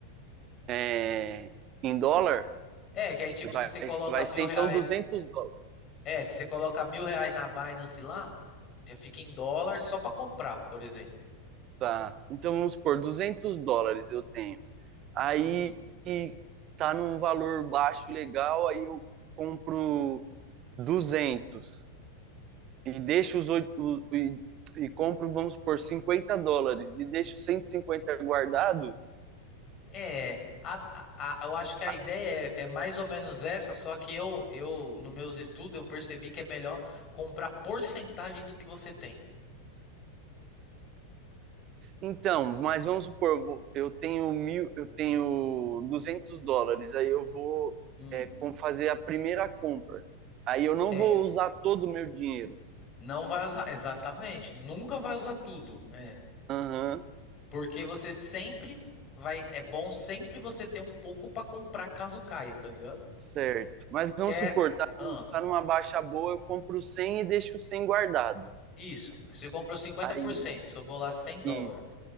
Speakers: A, on the right (about 35°); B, on the left (about 30°).
A: é, em dólar,
B: É, que aí tipo,
A: vai,
B: se você coloca
A: vai
B: mil
A: ser
B: reais.
A: então duzentos dólares.
B: É, se você coloca mil reais na Binance lá, já fica em dólar só pra comprar, por exemplo.
A: Tá. Então vamos supor, 200 dólares eu tenho. Aí
B: Hum.
A: tá num valor baixo legal, aí eu compro 200 e deixa os oito e, e compro, vamos por 50 dólares e deixo 150 guardado.
B: É, a- a- a- eu acho que a
A: ah,
B: ideia é, é mais ou menos essa, só que eu, eu, nos meus estudos, eu percebi que é melhor comprar porcentagem do que você tem.
A: Então, mas vamos supor, eu tenho mil, eu tenho 200 dólares, aí eu vou
B: Hum,
A: é, fazer a primeira compra. Aí eu não
B: é,
A: vou usar todo o meu dinheiro.
B: não vai usar, exatamente, nunca vai usar tudo, é.
A: Aham,
B: Porque você sempre vai, é bom sempre você ter um pouco pra comprar caso caia, tá ligado?
A: certo. Mas vamos
B: Que é,
A: supor, tá,
B: ah,
A: tá numa baixa boa, eu compro 100 e deixo 100 guardado.
B: isso, você comprou cinquenta
A: Aí,
B: por cento, sobrou lá 100 dólares.
A: isso.